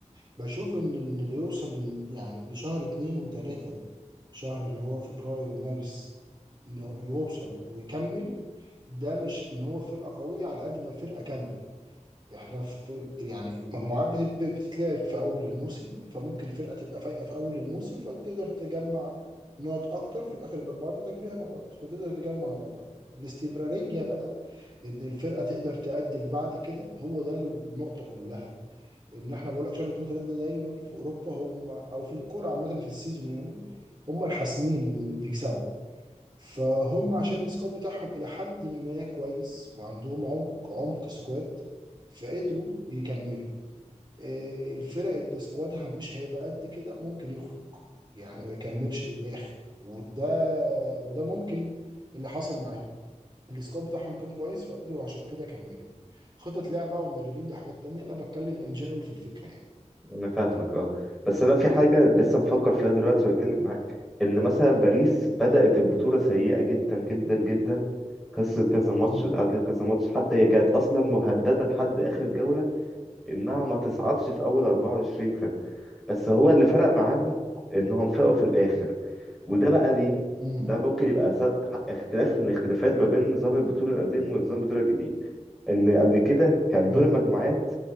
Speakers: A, on the right (about 35°); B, in the centre.
A: بشوف ان إن اللي يوصل لن- يعني لشهر اتنين وتلاتة شهر اللي هو فبراير ومارس انه يوصل ويكمل ده مش ان هو فرقة قوية على قد ما فرقة كاملة احنا في يعني المجموعات بتت- بتتلعب في اول الموسم فممكن فرقة تبقى فايقة في اول الموسم فتقدر تجمع نقط اكتر في الاخر يبقى بعد تجميع نقط فتقدر تجمع نقط اكتر الاستمرارية بقى ان الفرقة تقدر تأدي بعد كده هو ده النقطة كلها ان احنا بقول لك شهر اتنين وتلاته ده دايما في اوروبا هم او في الكوره عامه في السيزون يعني هم الحاسمين اللي بيكسبوا فهم عشان السكواد بتاعهم الى حد ما كويس وعندهم عمق عمق سكواد فقدروا يكملوا آه، الفرق اللي سكوادها مش هيبقى قد كده ممكن يخرج يعني ما يكملش للاخر وده وده ممكن اللي حصل معاهم السكواد بتاعهم كان كويس فقدروا عشان كده كملوا خطط لعب بقى ومدربين دي حاجات تانية انا بتكلم ان جنرال في الفكره
B: انا فاهمك اه بس انا في حاجه لسه بفكر فيها دلوقتي واتكلم معاك ان مثلا باريس بدات البطوله سيئه جدا جدا جدا خسرت كذا ماتش
A: يعني
B: اتعادلت كذا ماتش حتى هي كانت اصلا مهدده لحد اخر جوله انها ما تصعدش في اول 24 فرقه بس هو اللي فرق معاهم انهم فاقوا في الاخر وده بقى ليه
A: مم.
B: ده ممكن يبقى س- اختلاف من الاختلافات ما بين نظام البطوله القديم ونظام البطوله الجديد ان قبل كده كان
A: مم.
B: دور المجموعات